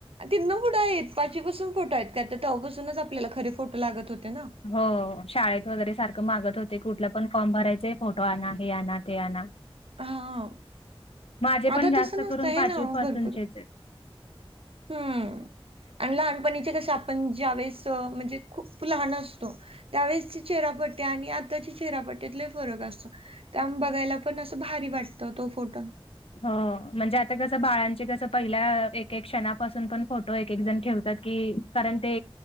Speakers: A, on the right; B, on the left.
A: तिन फुटं आहेत पाचपसून फोटो आहेत का ते तेव्हापासून आपल्याला खरे फोटो लागत होते ना.
B: हो शाळेत वगैरे सारखं मागत होते कुठला पण फॉर्म भरायचे फोटो आण हे आण ते आणा.
A: हा
B: माझे
A: आता
B: पण जास्त
A: तसं नसतं
B: करून
A: आहे
B: पाचवी
A: ना ओ
B: पासूनचेचे.
A: भरपूर हम्म आणि लहानपणीचे कसे आपण ज्यावेेळेस म्हणजे खूप लहान असतो. त्यावेळेसची चेहरा पट्टी आणि आताच्या चेहरा पट्टी फरक असतो. त्या बघायला पण असं भारी वाटत तो फोटो.
B: हो म्हणजे आता कसं बाळांचे कसं पहिल्या एक एक क्षणापासून पण फोटो एक एक जण ठेवतात की. कारण ते